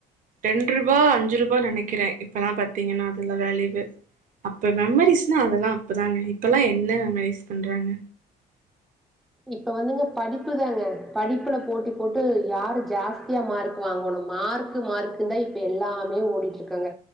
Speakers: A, on the right; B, in the centre.
A: ரெண்டு ரூபா அஞ்சு ரூபாய நெனக்றே இப்பல்லா பாத்தீங்கன்னா அதுல வேலியூ அப்ப மெமரிஸ்னா அதெல்லா அப்பதாங்க இப்பல்லா என்ன மெமரிஸ் பண்றாங்க
B: இப்ப வந்துங்க படிப்புதாங்க படிப்புல போட்டி போட்டு யாரு ஜாஸ்தியா மார்க் வாங்கணு மார்க்கு மார்க்குதா இப்ப எல்லாமே ஓடிட்டு இருக்காங்க